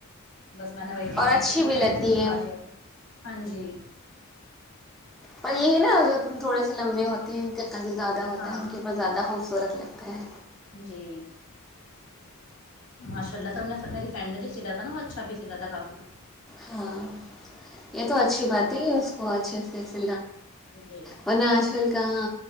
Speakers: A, on the left; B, in the centre.
A: بس میں نے وہی
B: اور
A: سلوائی
B: اچھی
A: تھی اپنے
B: بھی لگتی
A: فرینڈ سے سلوا
B: ہے
A: لیا تھا ہاں جی
B: پر یہ ہے نا جو تھوڑے سے لمبے ہوتے ہیں جو زیادہ ہوتا
A: ہاں
B: ہے ان کے اوپر زیادہ خوبصورت م
A: جی ماشاء اللہ س نے میری فرنڈ نے جو سلا تھا ن وہ اچھا بھی سلا تھا کافی
B: ہاں یہ تو اچھی بات ہے اس کو اچھے سے س
A: جی
B: ہے نے آج کل کہاں